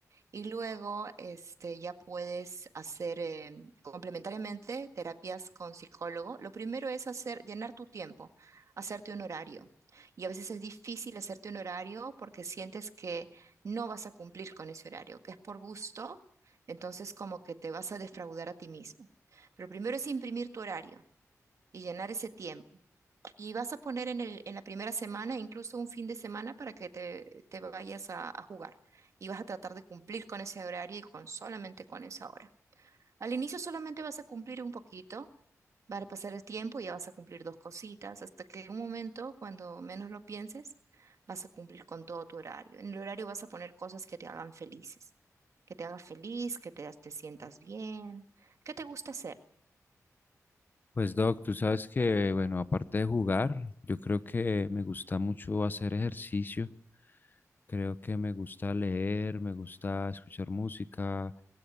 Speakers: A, on the right (about 60°); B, on the left (about 35°).
A: Y luego, este, ya puedes hacer em, complementariamente terapias con psicólogo. Lo primero es hacer, llenar tu tiempo, hacerte un horario. Y a veces es difícil hacerte un horario porque sientes que no vas a cumplir con ese horario, que es por gusto, entonces como que te vas a defraudar a ti mismo. Pero primero es imprimir tu horario y llenar ese tiempo. Y vas a poner en el, en la primera semana, incluso un fin de semana, para que te, te vayas a, a jugar. Y vas a tratar de cumplir con ese horario y con solamente con esa hora. Al inicio solamente vas a cumplir un poquito, va a pasar el tiempo y ya vas a cumplir dos cositas, hasta que en un momento, cuando menos lo pienses, vas a cumplir con todo tu horario. En el horario vas a poner cosas que te hagan felices, que te haga feliz, que te, te sientas bien, que te gusta hacer.
B: Pues Doc, tú sabes que, bueno, aparte de jugar, yo creo que me gusta mucho hacer ejercicio, creo que me gusta leer, me gusta escuchar música,